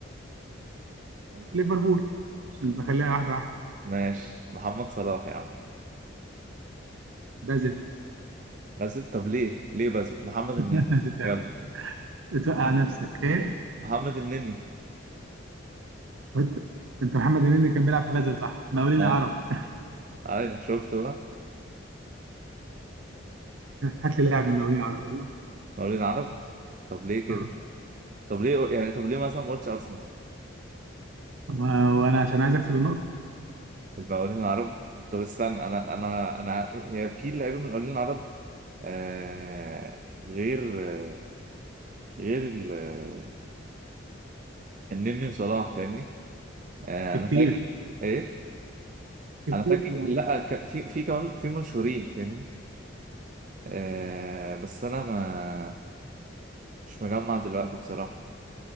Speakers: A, on the right (about 85°); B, on the right (about 40°).
A: ليفربول عشان بخليها واحدة واحدة
B: ماشي محمد صلاح يا عم
A: بازل
B: بس طب ليه ليه بس محمد النني
A: <laughs>
B: يلا
A: بتوقع نفسك ايه
B: محمد النني
A: كنت انت محمد النني كان بيلعب في بازل صح مقاولين
B: ها
A: العرب
B: ايوه شفته بقى
A: <laughs> هات لي لاعب من مقاولين العرب يلا
B: مقاولين عرب طب ليه كده
A: اه
B: طب ليه يعني طب ليه مثلا ما قلتش ارسنال
A: ما- وانا عشان عايز اكسب النقطه
B: في المقاولين العرب طب استنى انا انا انا هي في لعيبه من المقاولين العرب آه غير آه غير ال- آه، النني وصلاح فاهمني آه
A: في
B: انا
A: كتير
B: فاكر ايه
A: في
B: انا
A: كتير
B: فاكر
A: في المقاولين
B: لا ك- في في كمان في مشهورين فاهمني آه بس انا ما مش مجمع دلوقتي بصراحة